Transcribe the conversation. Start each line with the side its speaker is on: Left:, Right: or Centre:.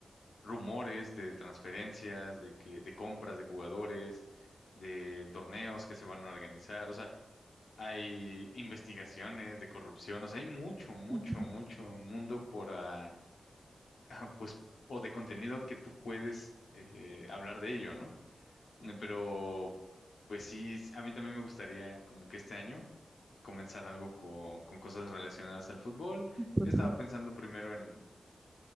Left: Rumores de transferencias, de que, de compras de jugadores, de torneos que se van a organizar. O sea, hay investigaciones de corrupción, o sea, hay mucho, mucho,
Right: Ujú,
Left: mucho mundo por, ah, ah, pues, o de contenido que tú puedes eh, hablar de ello, ¿no? Eh, Pero, pues sí, s- a mí también me gustaría como que este año comenzar algo con, con cosas relacionadas al fútbol.
Right: Por
Left: Yo estaba
Right: favor.
Left: pensando primero en,